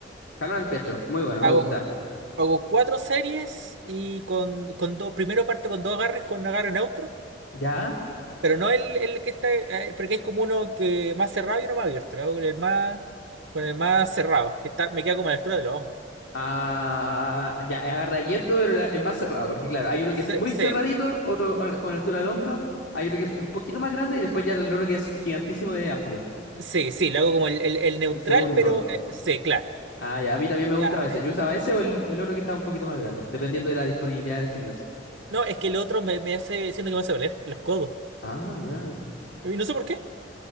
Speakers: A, on the left (about 75°); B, on the right (about 70°).
A: Jalón al pecho. Muy bueno,
B: Hago,
A: me gusta.
B: hago cuatro series y con, con dos, primero parto con dos agarres con agarre neutro,
A: ¿Ya?
B: pero no el, el que está, eh, porque es como uno que más cerrado y uno más abierto, lo hago con el más, con el más cerrado, que está, me queda como a la altura de los hombros.
A: Ah, ya, agarra abierto, pero la- el más cerrado, porque claro, hay uno
B: Sí,
A: que es muy
B: sí,
A: cerradito, otro con con la altura del hombro, hay otro que es un poquito más grande y después ya el otro que es gigantísimo de amplio.
B: sí, sí, lo hago como el, el- el neutral,
A: El segundo.
B: pero eh, sí, claro.
A: Ah, ya, a mí también me gustaba
B: Ya.
A: ese. Yo usaba ese o el, el otro que estaba un poquito más grande, dependiendo de la disponibilidad del gimnasio.
B: No, es que el otro me, me hace, siento que me hace doler los codos.
A: Ah, ya.
B: Y no sé por qué.